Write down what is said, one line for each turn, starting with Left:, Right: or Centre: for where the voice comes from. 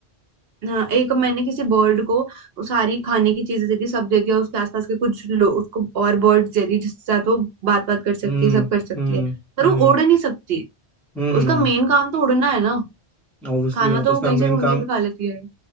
Right: हाँ एक मैंने किसी बर्ड को वो सारी खाने की चीजें दे दी सब दे दिया उसके आसपास के कुछ लोग उसको और बर्ड्स दे दी जिसके साथ वो बात बात कर सकती
Centre: हम्म
Right: है सब कर सकती
Centre: हम्म
Right: है पर
Centre: हम्म
Right: वो उड़ नहीं सकती
Centre: हम्म
Right: उसका मेन काम तो उड़ना है ना
Centre: ऑब्वियसली
Right: खाना
Centre: बात
Right: तो
Centre: है उसका
Right: वो कहीं से
Centre: मेन
Right: ढूंढ
Centre: काम
Right: के भी खा लेती है